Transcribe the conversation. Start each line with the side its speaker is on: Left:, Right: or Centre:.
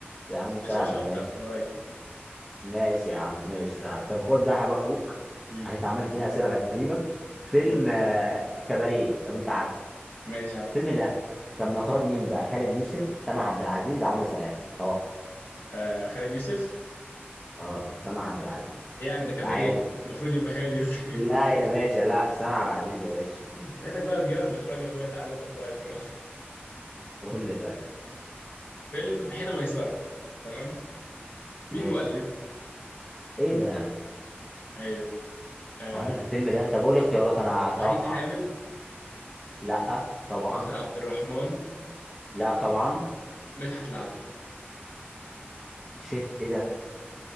Centre: يا عم
Left: صاحبي
Centre: سهله
Left: شباشة ولا
Centre: ماشي
Left: قريب
Centre: ماشي يا عم ماشي سهله طب خد بقى يا حب اخوك
Left: أمم،
Centre: عشان انت عمال تديني اسئله غريبه فيلم
Left: ود
Centre: آه، الكباريه لو انت عارفه
Left: ماشي عارف
Centre: فيلم ده كان من اخراج مين بقى خالد يوسف سامع عبد العزيز عمرو سلام توقع
Left: آه خالد يوسف
Centre: غلط سامع عبد العزيز
Left: إيه يعني ده كباريه
Centre: تعادل
Left: المفروض يبقى خالد يوسف <laughs>
Centre: لا يا باشا لا سامع عبد العزيز يا باشا
Left: بما إنك بقى بتجيبها في الإخراج يا أخويا تعالى خد بقى إخراج
Centre: قول لي طيب
Left: فيلم حين ميسرة تمام مين
Centre: ماشي
Left: مؤلفه؟
Centre: ايه ده يا عم؟
Left: أيوه آه
Centre: مؤلف الفيلم ده طب قول لي اختيارات انا اتوقع
Left: وحيد حامد
Centre: لا طبعا
Left: ناصر عبد الرحمن
Centre: لا طبعا
Left: مدحت العدل
Centre: شيت ايه ده